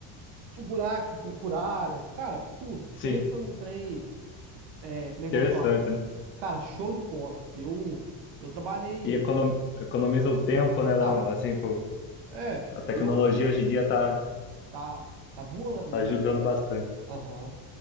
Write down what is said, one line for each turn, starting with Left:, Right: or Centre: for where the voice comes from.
Right: de buracos por área. Cara, tudo.
Left: Sim.
Right: Pensa num trem. É, como é que
Left: Interessante,
Right: eu vou falar?
Left: né?
Right: Cara, show de bola. Eu, eu trabalhei.
Left: E econo, economiza um tempo, né? Dá
Right: Ah,
Left: um- assim, pô,
Right: é.
Left: a tecnologia
Right: Eu.
Left: hoje em dia tá,
Right: Tá, tá voando,
Left: tá
Right: né?
Left: ajudando bastante.
Right: Aham.